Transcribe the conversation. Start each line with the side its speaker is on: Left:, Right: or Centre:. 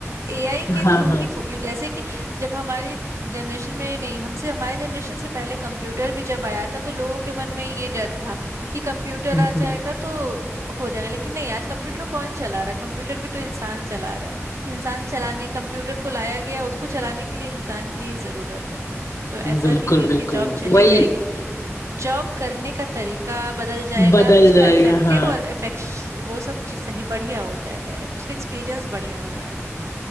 Right: एआई के
Left: हाँ
Right: थ्रू
Left: हाँ
Right: ही फु- जैसे कि जब हमारे जनरेशन में नहीं हमसे हमारे जनरेशन से पहले कंप्यूटर भी जब आया था तो लोगों के मन में ये डर था कि कंप्यूटर
Left: हम्म,
Right: आ जाएगा तो हो जाएगा लेकिन नहीं आज कंप्यूटर कौन चला रहा है कंप्यूटर भी तो इंसान चला रहा है इंसान चलाने कंप्यूटर को लाया गया उसको चलाने के लिए इंसान की ही जरूरत है तो ऐसा
Left: हम्म, बिल्कुल
Right: नहीं है
Left: बिल्कुल
Right: कि जॉब चली
Left: वही
Right: जाएगी जॉब करने का तरीका बदल जाएगा,
Left: बदल
Right: उसका
Left: जाएगा
Right: इफेक्टिव
Left: हाँ
Right: और इफेक्श वो सब चीज़ सही बढ़िया हो जाएगा, उसका एक्सपीरियंस बढ़िया हो जाएगा।